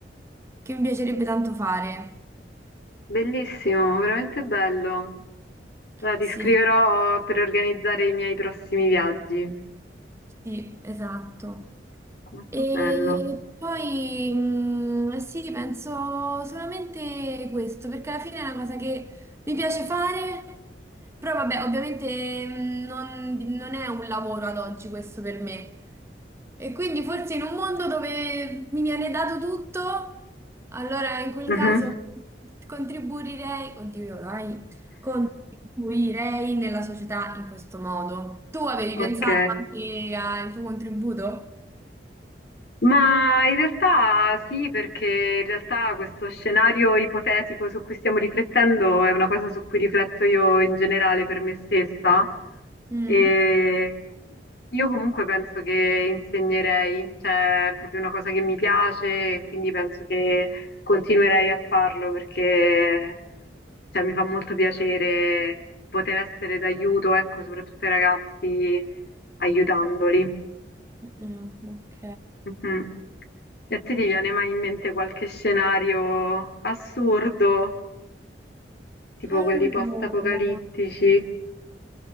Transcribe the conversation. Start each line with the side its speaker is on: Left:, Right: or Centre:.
Right: che mi piacerebbe tanto fare.
Left: bellissimo, veramente bello. Allora, ti
Right: Sì.
Left: scriverò per organizzare i miei prossimi viaggi.
Right: Sì, esatto.
Left: Molto
Right: E
Left: bello.
Right: poi mh, sì, penso solamente questo, perché alla fine è una cosa che mi piace fare, però vabbè, ovviamente mh, non, non è un lavoro ad oggi questo per me, e quindi forse in un mondo dove mi viene dato tutto, allora in quel
Left: Mhm,
Right: caso contribuirei, oddio, dai, contribuirei nella società in questo modo. Tu avevi
Left: Ok.
Right: pensato anche al tuo contributo?
Left: Ma in realtà sì, perché in realtà questo scenario ipotetico su cui stiamo riflettendo è una cosa su cui rifletto io in generale per me stessa.
Right: Mm?
Left: E io comunque penso che insegnerei, cioè è proprio una cosa che mi piace e quindi penso che continuerei a farlo perché cioè, mi fa molto piacere poter essere d'aiuto, ecco, soprattutto ai ragazzi, aiutandoli.
Right: Mm, ok.
Left: Mhm. E ti viene mai in mente qualche scenario assurdo, tipo
Right: Allora,
Left: quelli post-apocalittici?